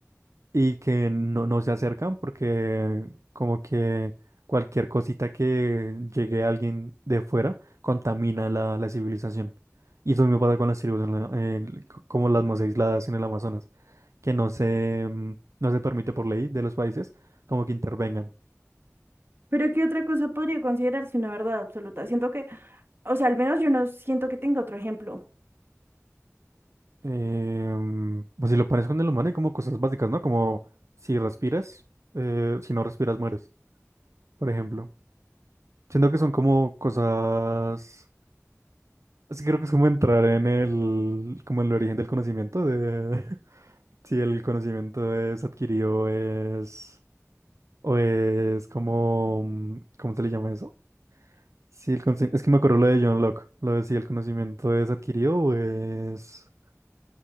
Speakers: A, on the right; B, on the right.
A: y que no, no se acercan porque como que cualquier cosita que llegue a alguien de fuera contamina la, la civilización. Y eso mismo pasa con las tribus en la- en- c- como las más aisladas en el Amazonas, que no se, mm, no se permite por ley de los países como que intervengan.
B: Pero ¿qué otra cosa podría considerarse una verdad absoluta? Siento que, o sea, al menos yo no siento que tenga otro ejemplo.
A: Em, pues si lo pones con el humano hay como cosas básicas, ¿no? Como si respiras, eh, si no respiras mueres, por ejemplo. Siento que son como cosas Es que creo que es como entrar en el, como en el origen del conocimiento, de <laughs> si el conocimiento es adquirido o es, o es como, mm, ¿cómo se le llama eso? Si el conci- es que me acuerdo lo de John Locke, lo de si el conocimiento es adquirido o es,